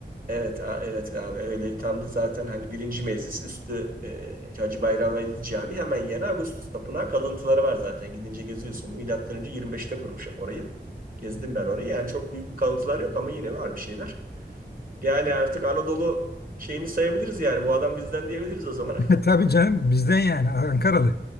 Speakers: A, on the right; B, on the left.
A: Evet, a- evet abi öyle tam da zaten hani birinci meclis üstü e, Hacı Bayram Veli Camii hemen yanı Ağustos Tapınağı kalıntıları var zaten gidince geziyorsun. Milattan önce 25'te kurmuş orayı. Gezdim ben orayı. Yani çok büyük bir kalıntılar yok ama yine var bir şeyler. Yani artık Anadolu şeyini sayabiliriz yani. Bu adam bizden diyebiliriz o zaman.
B: <laughs> Tabii canım bizden yani Ankaralı.